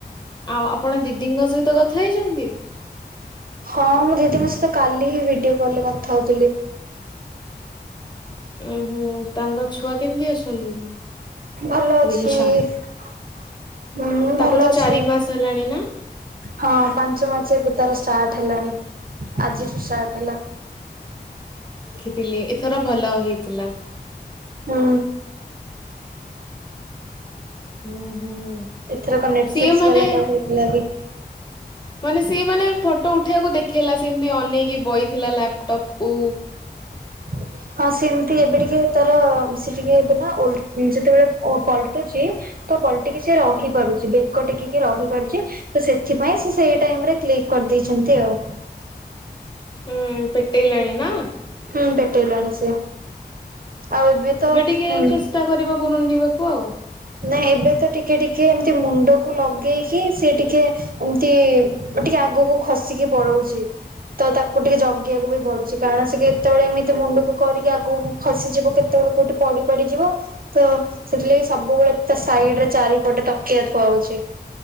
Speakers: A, on the left; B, on the right.
A: ଆଉ ଆପଣ ଦିଦିଙ୍କ ସହିତ କଥା ହେଇଛନ୍ତି?
B: ହଁ ମୁଁ ଦିଦିଙ୍କ ସହିତ କାଲିହି ଭିଡିଓ କଲ ରେ କଥା ହୋଉଥିଲି।
A: ଓ ହୋ ତାଙ୍କ ଛୁଆ କେମିତି ଅଛନ୍ତି?
B: ଭଲ ଅଛି।
A: ବିନିଶା
B: ହୁଁ
A: ତାକୁ
B: ଭଲ
A: ତ
B: ଅଛି
A: ଚାରି ମାସ ହେଲାଣି ନା
B: ହଁ ପାଞ୍ଚ ମାଛେ ପିତା ତାର ଷ୍ଟାର୍ଟ ହେଲାଣି ଆଜିଠୁ ଷ୍ଟାର୍ଟ ହେଲା।
A: ଥିଲି ଏଥର ଭଲ ହେଇଥିଲା।
B: ହୁଁ
A: ହୁଁ ହୁଁ
B: ଏଥରକ ନେଟଫ୍ଲିକ୍ସ
A: ସିଏ ମାନେ
B: ବାଲା କ ହେଇଥିଲା ବି
A: ମାନେ ସି ମାନେ ଫଟୋ ଉଠେଇବାକୁ ଦେଖେଇଲା ସେମିତି ଅନେଇକି ବଇଥିଲା ଲାପଟପ କୁ
B: <inaudible> ହଁ ସେମତି ଏବେ ଟିକେ ତାର ସେ ଟିକେ ଏବେ ନା ଓଲ୍ ଯେତେବେଳେ ଓ ପଲଟୁଛି ତ ପଲ ଟିକି ସେ ରହି ପାରୁଛି ବେକ ଟେକିକି ରହି ପାରୁଛି ତ ସେଥିପାଇଁ ସେ ସେଇ ଟାଇମରେ କ୍ଳି କରିଦେଇଛନ୍ତି ଆଉ।
A: ହୁଁ ପେଟେଇଲାଣି ନା?
B: ହୁଁ ପେଟେଇଲାଣି ସିଏ ଆଉ ଏବେ ତ
A: ଟିକେ
B: ଉଁ
A: ଚେଷ୍ଟା କରିବ ଗୁରୁଣ୍ଡିବାକୁ ଆଉ।
B: ଇ ଏବେ ତ ଟିକେ ଟିକେ ଏମତି ମୁଣ୍ଡକୁ ଲଗେଇକି ସେ ଟିକେ ଏମତି ଟିକେ ଆଗକୁ ଖସିକି ପଳଉଛି। ତ ତାକୁ ଟିକେ ଜଗିବାକୁ ବି ପଡୁଛି କାରଣ ସେ କେତେବେଳେ ଏମିତି ମୁଣ୍ଡକୁ କରିକି ଆଗକୁ ଖସିଯିବ କେତେବେ କୋଉଠି ପଡି ପଡିିଯିବ ତ ସେଥିଲାଗି ସବୁବେଳେ ତା ସାଇଡରେ ଚାରିପଟେ ତକିଆ ଥୁଆ ହଉଛି।